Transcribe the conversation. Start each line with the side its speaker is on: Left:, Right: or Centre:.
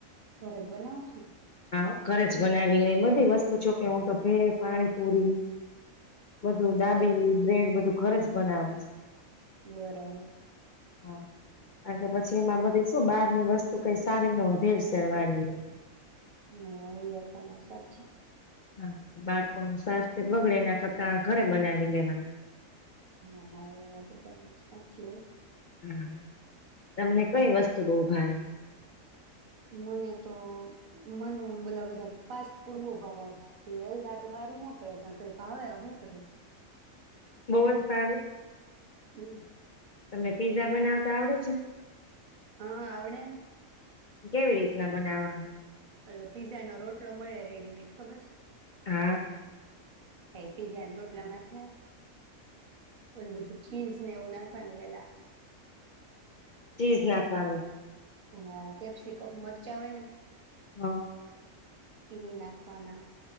Right: ઘરે જ બનાવશું.
Left: હા ઘરે બનાવી લઈ, બધી વસ્તુ જો કે હું તો ભેળ, પાણીપુરી બ દાબેલી
Right: બરા
Left: બ્રેડ બધું ઘરે જ બનાવું છ
Right: બરાબર.
Left: હા કારણ કે પછી એમાં બધી શું બાર ની વસ્ત તુ કંઈ સારી ન હોય, ભેરસેળવાડી હોય.
Right: હા આ એ વાત તમારી સાચી.
Left: હા, બાળકોનું સ્વાસ્થ્ય બગડે એના કરતા ઘરે બનાવી લેવાનું.
Right: હા હા, એ વાત તો તમારી સાચી હોં.
Left: હા તમને કઈ વસ્તુ બહુ ભાવે?
Right: મને તો, મને બલા બધા ફાસ્ટ ફૂડ બહુ ભાવે. આ કોઈ હેલ્થ હાટુ હારું ન કહેવાય પણ ભાવે હું કરીયે.
Left: બહુજ ભાવે.
Right: હમ્મ.
Left: તમને પીઝા બનાવતા આવડે છે?
Right: આ હા આવડે ન
Left: કેવી રીતના બનાવવા
Right: આ લો પીઝાનો રોટલો મળે રેડીમેડ ખબર છે
Left: હા
Right: હેય પીઝાન રોટલામાં છે ને ઓલુ બધું ચીઝ ને એવું નાખવાનું પેલા
Left: ચીઝ નાખવાનું
Right: અ હા કેપ્સીિકપ મરચા હોય ને
Left: હા
Right: ઈ નાખવાના